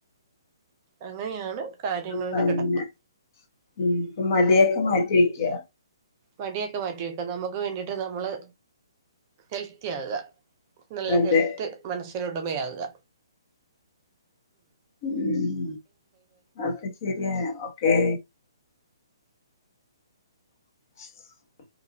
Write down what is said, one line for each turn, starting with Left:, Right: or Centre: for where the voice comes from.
Right: അങ്ങനെയാണ് കാര്യങ്ങൾടെ
Left: അപ്പൊ അങ്ങനെ
Right: കെടപ്പ്
Left: ഉം മടിയക്ക മാറ്റി വെക്ക്യാ
Right: മടിയക്കെ മാറ്റി വെക്കാ നമുക്ക് വേണ്ടീട്ട് നമ്മള് ഹെൽത്തിയാകുക നല്ല
Left: അതെ
Right: ഹെൽത്ത് മനസ്സ് ത്തിനുടമയാകുക
Left: ഉം ഓക്കെ ശെരിയായ ഓക്കേ <inaudible>